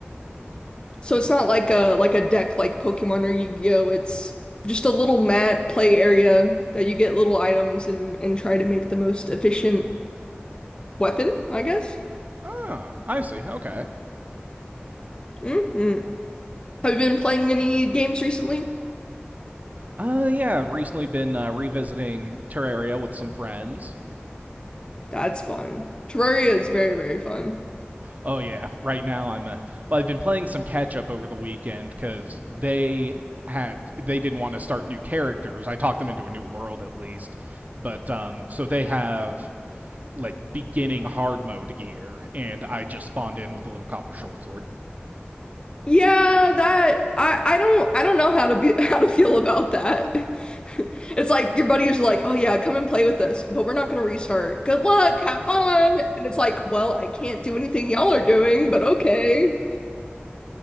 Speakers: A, on the left (about 25°); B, on the right (about 40°).
A: So it's not like a like a deck like Pokemon or Yu-Gi-Oh. It's just a little mat play area that you get little items and and try to make the most efficient weapon, I guess.
B: Ah, I see. Okay.
A: hmm Have you been playing any games recently?
B: Uh, yeah, I've recently been uh, revisiting Terraria with some friends.
A: That's fun. Terraria is very, very fun.
B: Oh yeah, right now I'm uh, well. I've been playing some catch up over the weekend because they had they didn't want to start new characters. I talked them into a new world at least, but um, so they have like beginning hard mode gear, and I just spawned in with a little copper short sword.
A: Yeah, that I I don't I don't know how to be <laughs> how to feel about that. <laughs> It's like your buddy is like, "Oh yeah, come and play with us, but we're not gonna restart. Good luck, have fun." And it's like, "Well, I can't do anything y'all are doing, but okay."